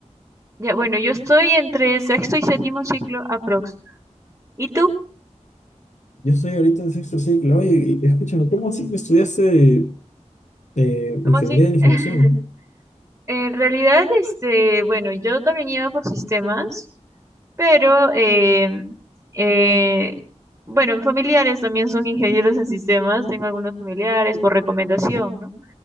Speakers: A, on the right (about 20°); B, on the left (about 70°).
A: ya bueno, yo estoy entre sexto y séptimo ciclo aprox. ¿Y tú?
B: Yo estoy ahorita en sexto ciclo. Oye, y- escúchame, ¿cómo así que estudiaste eh,
A: ¿Cómo
B: ingeniería
A: así?
B: de la información?
A: <laughs> En realidad, este, bueno, yo también iba por sistemas, pero eh, eh, bueno, mis familiares también son ingenieros en sistemas, tengo algunos familiares por recomendación, ¿no?